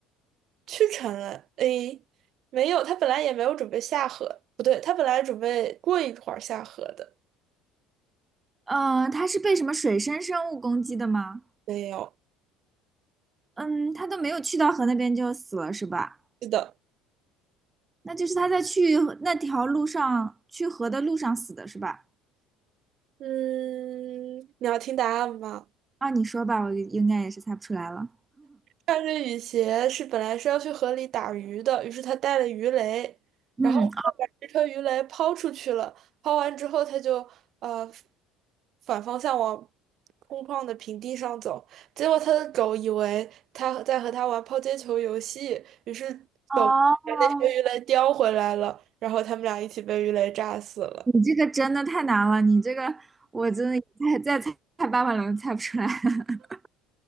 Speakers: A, on the right (about 50°); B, on the right (about 20°).
A: 去成了。诶，没有，他本来也没有准备下河，不对，他本来准备过一会儿下河的，
B: 呃，它是被什么水生生物攻击的吗？
A: 没有。
B: 嗯，它都没有去到河那边就死了是吧？
A: 是的，
B: 那就是它在去那条路上去河的路上死的是吧？
A: 嗯，你要听答案吗？
B: 啊，你说吧，我应该也是猜不出来了。
A: 穿着雨鞋是本来是要去河里打鱼的，于是他带了鱼雷，
B: 嗯，
A: 然后他把这条鱼雷抛出去了。抛完之后，他就呃反方向往空旷的平地上走。结果他的狗以为他在和他玩抛接球游戏，于是狗把那条鱼雷叼回来了，
B: 哦，
A: 然后他们俩一起被鱼雷炸死了。
B: 你这个真的太难了，你这个我真的再再猜猜八百轮猜不出来。<laughs>